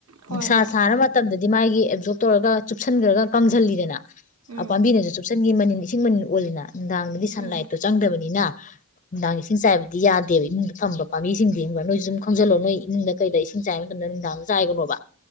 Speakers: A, on the right; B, on the left.
A: ꯍꯣꯏ
B: ꯅꯨꯡꯁꯥ
A: ꯍꯣꯏ
B: ꯁꯥꯔ ꯃꯇꯝꯗꯗꯤ ꯃꯥꯒꯤ ꯑꯦꯞꯖꯣꯔꯞ ꯇꯧꯔꯒ ꯆꯨꯞꯁꯤꯟꯈ꯭ꯔꯒ ꯀꯥꯡꯁꯤꯜꯂꯤꯗꯅ
A: ꯎꯝ
B: ꯄꯥꯝꯕꯤꯅꯁꯨ ꯆꯨꯞꯁꯤꯟꯈꯤ ꯃꯅꯤꯟ ꯏꯁꯤꯡ ꯃꯅꯤꯟ ꯑꯣꯜꯂꯤꯅ ꯅꯨꯡꯗꯥꯡꯗꯗꯤ ꯁꯟꯂꯥꯏꯠꯇꯣ
A: ꯎꯝ
B: ꯆꯪꯗꯕꯅꯤꯅ ꯅꯨꯪꯗꯥꯡ ꯏꯁꯤꯡ ꯆꯥꯏꯕꯗꯤ ꯌꯥꯗ ꯕ ꯏꯃꯨꯡꯗ ꯐꯝꯕ ꯄꯥꯕꯤꯁꯤꯡꯗꯤ ꯍꯪꯕ꯭ꯔꯥ ꯅꯣꯏꯁꯨ ꯁꯨꯝ ꯈꯪꯖꯤꯜꯂꯣ ꯅꯣꯏ ꯏꯨꯡꯗ ꯀꯩꯗ ꯏꯁꯤꯡ ꯆꯥꯏꯕ ꯃꯇꯝꯗ ꯅꯨꯡꯗꯥꯡꯅ ꯆꯥꯏꯒꯅꯣꯕ꯫